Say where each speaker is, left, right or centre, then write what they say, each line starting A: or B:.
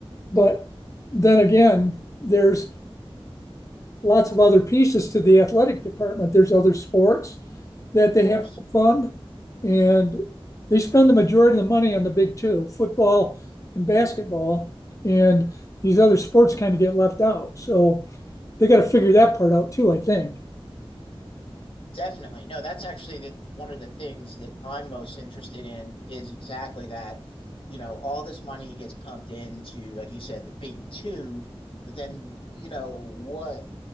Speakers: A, on the left; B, on the left.
A: But then again, there's lots of other pieces to the athletic department. There's other sports that they
B: course.
A: have to fund, and they spend the majority of the money on the big two football and basketball. And these other sports kind of get left out. So they got to figure that part out too, I think.
B: Definitely. No, that's actually the, one of the things that I'm most interested in is exactly that. You know, all this money gets pumped into, like you said, the big two, but then, you know, what